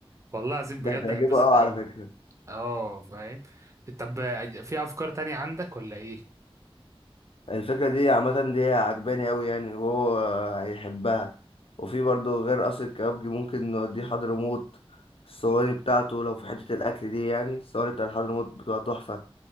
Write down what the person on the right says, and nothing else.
والله العظيم
بجد
هيتبسط
قوي
اه فاهم طب في افكار تانية عندك ولا ايه؟